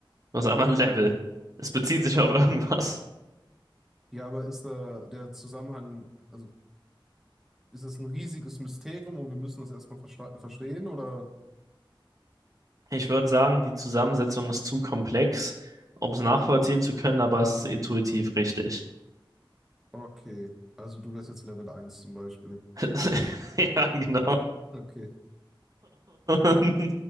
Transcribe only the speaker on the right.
Was ist einmal ein Level? Es bezieht sich auf irgendwas.
Ich würde sagen, die Zusammensetzung ist zu komplex, um es nachvollziehen zu können, aber es ist intuitiv richtig.
<laughs> Ja, genau.
Und <laughs>